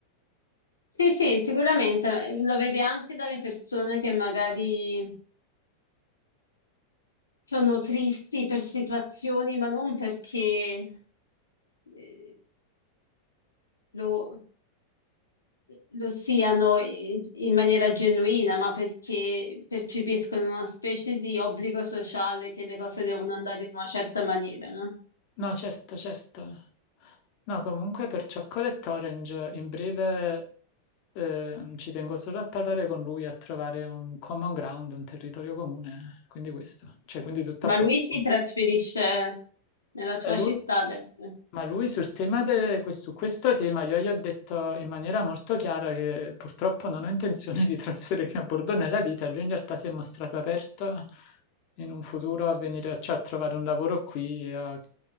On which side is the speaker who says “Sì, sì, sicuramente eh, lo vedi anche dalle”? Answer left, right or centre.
Left